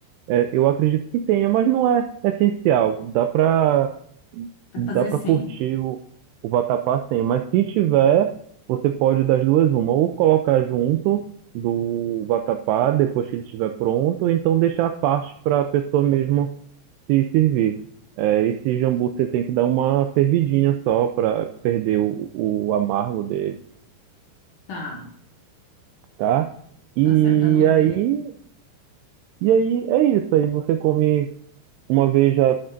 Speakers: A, on the right; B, on the left.
A: eh, eu acredito que tenha, mas não é essencial. Dá para
B: Vai
A: dá
B: fazer
A: para
B: 100.
A: curtir o, o vatapá sem, mas se tiver, você pode das duas uma, ou colocar junto do vatapá depois que ele estiver pronto, ou então deixar a parte para a pessoa mesmo se servir. É, esse jambu você tem que dar uma fervidinha só para perder o, o amargo dele,
B: Tá,
A: tá? E
B: tá certo, anotei
A: aí,
B: aqui.
A: e aí é isso. Aí você come uma vez já